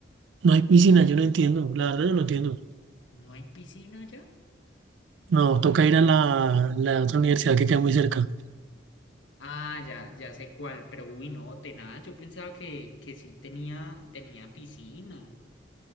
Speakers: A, on the right; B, on the left.
A: no hay piscina, yo no entiendo, la verdad yo no entiendo.
B: ¿No hay piscina ya?
A: Nos toca ir a la, la otra universidad que queda muy cerca,
B: Ah, ya, ya sé cuál, pero uy, no, tenaz, yo pensaba que, que sí tenía, tenía piscina.